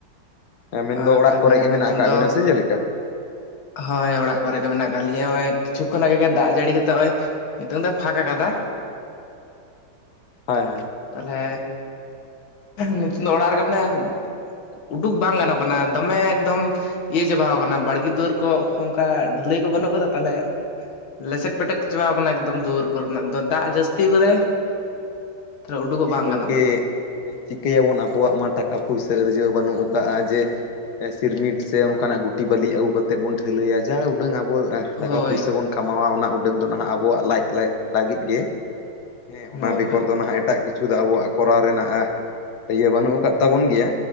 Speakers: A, on the left; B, on the left.
A: ᱮ ᱢᱮᱱᱫᱚ
B: ᱟᱨ
A: ᱚᱲᱟᱜ
B: ᱛᱟᱦᱚᱞᱮ
A: ᱠᱚᱨᱮ ᱜᱮ
B: ᱱᱤᱛᱚᱝ
A: ᱢᱮᱱᱟᱜ ᱟᱠᱟᱜ
B: ᱫᱚ
A: ᱵᱮᱱᱟ ᱥᱮ ᱪᱮᱞᱮᱠᱟ?
B: ᱦᱳᱭ ᱚᱲᱟᱜ ᱠᱚᱨᱮ ᱜᱮ ᱢᱮᱱᱟᱜ ᱟᱠᱟᱫ ᱞᱤᱧᱟᱹ ᱱᱚᱜᱼᱚᱭ, ᱠᱤᱪᱷᱩ ᱠᱷᱚᱱᱟᱜ ᱜᱮ ᱜᱮ ᱫᱟᱜ ᱡᱟᱹᱲᱤ ᱠᱟᱛᱮᱜ ᱱᱚᱜᱼᱚᱭ ᱱᱤᱛᱚᱝ ᱫᱚᱭ ᱯᱷᱟᱸᱠ ᱟᱠᱟᱫᱟ᱾
A: ᱦᱚᱭ ᱦᱚᱭ᱾
B: ᱛᱟᱦᱞᱮ ᱱᱤᱛ ᱫᱚ ᱚᱲᱟᱜ ᱨᱮᱜᱮ ᱢᱮᱱᱟᱭᱟ᱾ ᱩᱰᱩᱠ ᱵᱟᱝ ᱜᱟᱱᱚᱜ ᱠᱟᱱᱟ ᱫᱚᱢᱮ ᱮᱠᱫᱚᱢ᱾ ᱤᱭᱟᱹ ᱪᱟᱵᱟᱣ ᱠᱟᱱᱟ ᱵᱟᱲᱜᱮ ᱫᱩᱣᱟᱹᱨ ᱠᱚ ᱚᱱᱠᱟ ᱰᱷᱟᱹᱞᱟᱹᱭ ᱠᱚ ᱵᱟᱹᱱᱩᱜ ᱠᱟᱫᱟ ᱛᱟᱦᱚᱞᱮ, ᱞᱮᱥᱮᱠ ᱯᱮᱴᱮᱠ ᱪᱟᱵᱟᱣ ᱟᱠᱟᱱᱟ ᱮᱠᱫᱚᱢ ᱫᱩᱣᱟᱹᱨ ᱠᱚᱨᱮᱱᱟᱜ ᱫᱚ ᱫᱟᱜ ᱡᱟᱹᱥᱛᱤ ᱟᱠᱟᱫᱟᱭ᱾ ᱛᱟᱦᱚᱞᱮ ᱩᱰᱩᱠᱚᱜ
A: ᱦᱮᱸ
B: ᱵᱟᱝ
A: ᱜᱚᱢᱠᱮ
B: ᱜᱟᱱᱚᱜ ᱠᱟᱱᱟ
A: ᱪᱤᱠᱟᱹᱭᱟᱵᱚᱱ ᱟᱵᱚᱣᱟᱜ ᱢᱟ ᱴᱟᱠᱟ ᱯᱩᱭᱥᱟᱹ ᱟᱹᱨᱡᱟᱹᱣ ᱵᱟᱹᱱᱩᱜ ᱠᱟᱜᱼᱟ ᱡᱮ? ᱥᱤᱨᱢᱤᱴ ᱥᱮ ᱚᱱᱠᱟᱱᱟᱜ ᱜᱩᱴᱤ ᱵᱟᱹᱞᱤ ᱟᱹᱜᱩ ᱠᱟᱛᱮᱫ ᱵᱚᱱ ᱴᱷᱟᱹᱞᱟᱹᱭᱟ ᱡᱟ ᱩᱰᱟᱹᱝ ᱟᱵᱚ, ᱴᱟᱠᱟ
B: ᱦᱳᱭ
A: ᱯᱩᱭᱥᱟᱹ ᱵᱚᱱ ᱠᱟᱢᱟᱣᱟ ᱚᱱᱟ ᱩᱰᱟᱹᱝ ᱫᱚ ᱱᱟᱦᱟᱜ ᱟᱵᱚᱣᱟᱜ ᱞᱟᱡ ᱞᱟᱢ ᱞᱟᱹᱜᱤᱫ ᱜᱮ᱾ ᱦᱮᱸ ᱚᱱᱟ
B: ᱦᱳᱭ
A: ᱵᱮᱜᱚᱨ
B: ᱦᱳᱭ
A: ᱫᱚ ᱱᱟᱦᱟᱜ ᱮᱴᱟᱜ ᱠᱤᱪᱷᱩ ᱫᱚ ᱟᱵᱚᱣᱟᱜ ᱠᱚᱨᱟᱣ ᱨᱮᱱᱟᱜ ᱤᱭᱟᱹ ᱵᱟᱹᱱᱩᱜ ᱟᱠᱟᱫ ᱛᱟᱵᱚᱱ ᱜᱮᱭᱟ᱾